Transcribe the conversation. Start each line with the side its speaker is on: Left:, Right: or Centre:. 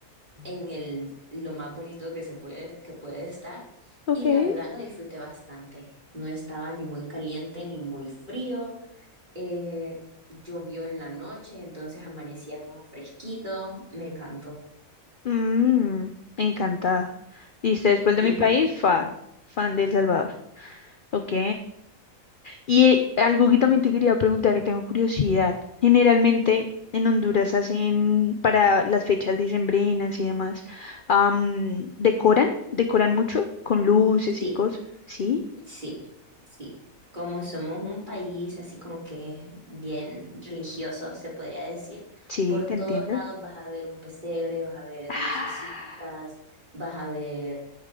Right: en el, lo más bonito que se puede, que puede estar.
Left: Okay.
Right: Y la verdad lo disfruté bastante. No estaba ni muy caliente ni muy frío. Eh, llovió en la noche, entonces amanecía como fresquito. Me encantó. <laughs>
Left: Mm, encantada. Dice, después de
Right: Sí,
Left: mi país, fan, fan de El Salvador. Ok. Y eh, algo que también te quería preguntar y tengo curiosidad. Generalmente en Honduras hacen para las fechas decembrinas y demás, am, decoran, decoran mucho con luces
Right: Sí,
Left: y cosas. Sí,
Right: Sí, sí. Como somos un país así como que bien religioso, se podría decir,
Left: sí,
Right: por
Left: te
Right: todos
Left: entiendo.
Right: lados vas a ver un pesebre, vas a ver
Left: <sighs>
Right: lucecitas,
Left: Ah,
Right: vas a ver,